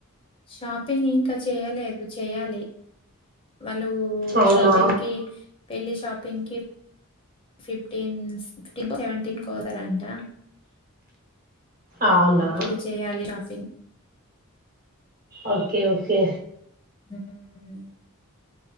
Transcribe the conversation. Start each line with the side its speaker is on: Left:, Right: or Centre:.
Left: షాపింగ్ ఇంక చేయలేద్ చేయాలి వాళ్ళూ
Right: అవునా
Left: షాపింగ్కి పెళ్ళి షాపింగ్కి ఫిఫ్టీన్ స్ టిన్ సెవెంటీన్ కోతరంట
Right: అవునా
Left: అప్పుడు చేయాలి చాపింగ్
Right: ఒకే ఒకే
Left: ఊమ్